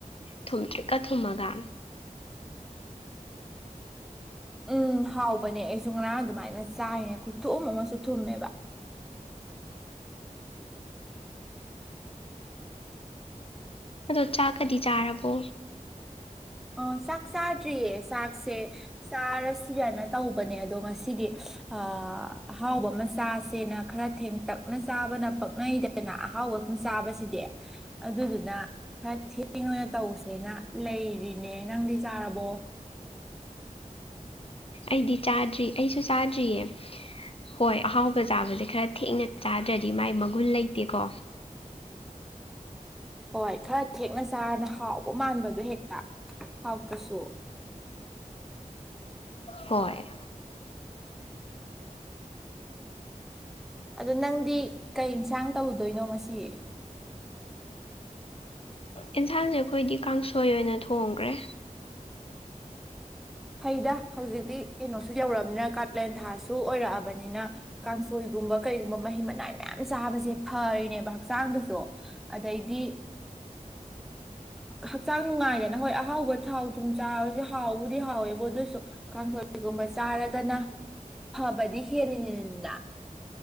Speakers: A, on the left (about 45°); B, in the centre.
A: ꯊꯨꯝꯗ꯭ꯔꯤꯛꯀ ꯊꯨꯝꯃꯒ
B: ꯎꯝ ꯍꯥꯎꯕꯅꯦ ꯑꯩꯁꯨ ꯉꯔꯥꯡ ꯑꯗꯨꯃꯥꯏꯅ ꯆꯥꯏꯅꯦ ꯈꯨꯊꯨꯝ ꯑꯃꯁꯨ ꯊꯨꯝꯃꯦꯕ
A: ꯑꯗꯣ ꯆꯥꯛꯀꯗꯤ ꯆꯥꯔꯕꯣ
B: ꯑꯣ ꯆꯥꯛ ꯆꯥꯇ꯭ꯔꯤꯌꯦꯁ ꯆꯥꯛꯁꯦ ꯆꯥꯔꯁꯤꯒꯅ ꯇꯧꯕꯅꯦ ꯑꯗꯣ ꯉꯁꯤꯗꯤ ꯑ ꯑꯍꯥꯎꯕ ꯃꯆꯥꯁꯦꯅ ꯈꯔ ꯊꯦꯡꯇꯛꯅ ꯆꯥꯕꯅ ꯄꯛꯅꯩꯗꯅ ꯑꯍꯥꯎꯕꯒꯨꯝ ꯆꯥꯕꯁꯤꯗꯤ ꯑꯗꯨꯗꯨꯅ ꯈꯔ ꯊꯦꯡ ꯑꯣꯏꯅ ꯇꯧꯁꯦꯅ ꯂꯩꯔꯤ ꯅꯦ ꯅꯪꯗꯤ ꯆꯥꯔꯕꯣ
A: ꯑꯩꯗꯤ ꯆꯥꯗ꯭ꯔꯤ ꯑꯩꯁꯨ ꯆꯥꯗ꯭ꯔꯤꯌꯦ ꯍꯣꯏ ꯑꯍꯥꯎꯕ ꯆꯥꯕꯁꯦ ꯈꯔ ꯊꯦꯡꯅ ꯆꯥꯗ꯭ꯔꯗꯤ ꯃꯥꯏ ꯃꯒꯨꯟ ꯂꯩꯇꯦꯀꯣ
B: ꯍꯣꯏ ꯈꯔ ꯊꯦꯛꯅ ꯆꯥꯔꯅ ꯍꯥꯎꯕ ꯃꯥꯟꯕꯗꯣ ꯍꯦꯛ ꯍꯥꯎ ꯀꯁꯨꯣ
A: ꯍꯣꯏ
B: ꯑꯗꯣ ꯅꯪꯗꯤ ꯀꯩ ꯌꯦꯟꯁꯥꯡ ꯇꯧꯗꯣꯏꯅꯣ ꯉꯁꯤ
A: ꯑꯦꯟꯁꯥꯡꯁꯦ ꯑꯩꯈꯣꯏꯗꯤ ꯀꯥꯡꯁꯣꯏ ꯑꯣꯏꯅ ꯊꯣꯡꯈ꯭ꯔꯦ
B: ꯍꯩꯗ ꯍꯧꯖꯤꯛꯇꯤ ꯀꯩꯅꯣꯁꯨ ꯌꯧꯔꯕꯅꯤꯅ ꯀꯥꯂꯦꯟ ꯊꯥꯁꯨ ꯑꯣꯏꯔꯛꯑꯕꯅꯤꯅ ꯀꯥꯡꯁꯣꯏꯒꯨꯝꯕ ꯀꯩꯒꯨꯝꯕ ꯃꯍꯤ ꯃꯅꯥꯏ ꯃꯌꯥꯝ ꯆꯥꯕꯁꯦ ꯐꯔꯤꯅꯦꯕ ꯍꯛꯆꯥꯡꯗꯁꯨ ꯑꯗꯩꯗꯤ ꯍꯛꯆꯥꯡ ꯅꯨꯡꯉꯥꯏꯗꯅ ꯍꯣꯏ ꯑꯍꯥꯎꯕ ꯊꯥꯎ ꯊꯨꯝ ꯆꯥꯕꯕꯁꯤꯦ ꯍꯥꯎꯕꯗꯤ ꯍ ꯍꯥꯎꯋꯦꯕ ꯑꯗꯨꯁꯨ ꯀꯥꯡꯊꯣꯜꯒꯨꯝꯕ ꯆꯥꯔꯒꯅ ꯐꯕꯗꯤ ꯍꯦꯜꯂꯤꯅꯤ ꯅꯗ